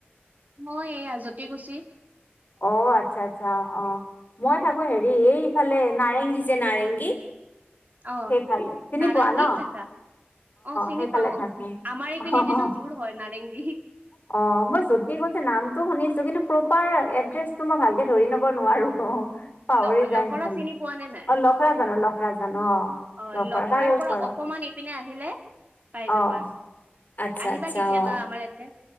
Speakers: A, on the right; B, on the left.
A: মই এই আজতি গুছি
B: অ আচ্ছা আচ্ছা অ মই থাকো হেৰি এই ইফালে নাৰেংগী যে নাৰেংগী
A: অ'
B: সেইফালে চিনি
A: নাৰেংগীত
B: পোৱা ন
A: থাকা? অ চিনি
B: সেইফালে
A: পাও
B: থাকো।
A: আমাৰ এইপিনে
B: অ',
A: দি টো দূৰ হয় নাৰেংগী
B: অ মই জ্যোতি কৈছে নামটো শুনিছো কিন্তু প্ৰপাৰ এড্ৰেছটো মই ভালকে ধৰি নব নোৱাৰো অ পাহৰি
A: ল
B: যায়
A: লখৰা
B: খালে
A: চিনি পোৱা নে নাই?
B: অ লখৰা জান লখৰা ন
A: অ'
B: লগ
A: লখৰাৰ
B: তাৰে ওচৰত
A: পৰা অকমান ইপিনে আহিলে পাই যাবা।
B: অ আচ্ছা
A: আহিবা
B: আচ্ছা
A: কেতিয়াবা
B: অ
A: আমাৰ ইয়াতে,